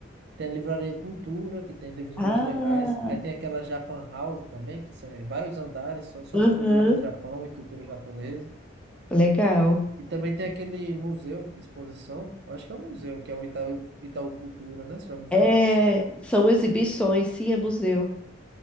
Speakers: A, on the right (about 60°); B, in the centre.
A: Tem a Livraria Cultura, que tem livros
B: Ah,
A: muito legais. Aí tem aquela Japan House também, que são vários andares só, só de
B: aham,
A: produtos do Japão e cultura japonesa.
B: legal.
A: E também tem aquele museu de exposição, eu acho que é um museu, que é o Itaú, Itaú Cultura, né? Você já ouviu falar?
B: É, são exibições, sim, é museu.